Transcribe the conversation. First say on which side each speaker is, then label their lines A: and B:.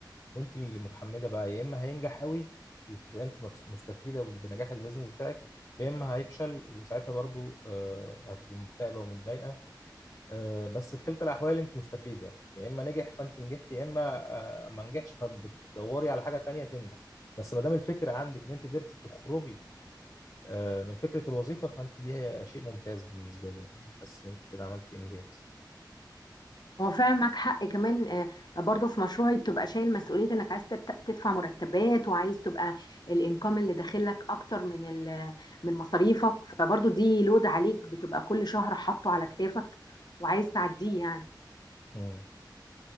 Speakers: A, on the left; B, on the left.
A: وانت اللي متحمله بقى يا اما هينجح قوي وتبقى انت مكس- مستفيده بنجاح البيزنس بتاعك يا اما هيفشل وساعتها برضو آه، هتبقي مكتئبه ومتضايقه آه، بس في كلتا الاحوال انت مستفيده يا اما نجح فانت نجحت يا اما آه، ما نجحش فبتدوري على حاجه تانية تنجح بس ما دام الفكره عندك ان انت قدرتي تخرجي آه، من فكره الوظيفه فانت دي هي شيء ممتاز بالنسبه لي يعني أنا حاسس ان انت كده عملتي انجاز
B: هو فعلا معاك حق كمان آه، برضو في مشروعي بتبقى شايل مسؤولية انك عايز تت- تدفع مرتبات وعايز تبقى الانكم اللي داخلك اكتر من ال- من مصاريفك فبرضو دي لود عليك بتبقى كل شهر حاطه على كتافك وعايز تعديه يعني
A: مم.